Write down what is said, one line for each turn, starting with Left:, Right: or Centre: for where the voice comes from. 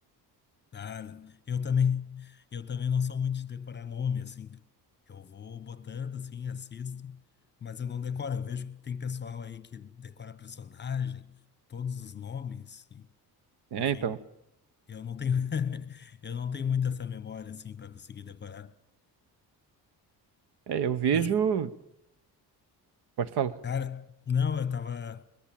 Left: Ah, eu também, eu também não sou muito de decorar nome, assim. Eu vou botando, assim, assisto, mas eu não decoro. Eu vejo que tem pessoal aí que decora personagem, todos os nomes, e-
Right: É,
Left: enfim.
Right: então.
Left: Eu não tenho, <laughs> eu não tenho muito essa memória, assim, para conseguir decorar.
Right: É, eu vejo.
Left: Mas,
Right: Pode falar.
Left: cara, não, eu tava.